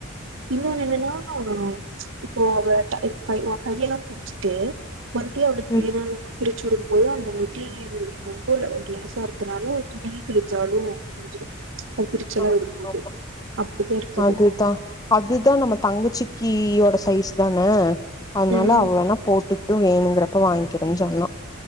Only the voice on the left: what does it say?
ம்
ஆமா
அதுதா அதுதா நம்ம தங்கச்சிக்கியோட சைஸ் தான. ஆன்னால
அவ வேணா போட்டு ட்டு வேணுங்கிறப்ப வாங்கிக்கிறனு சொன்னா.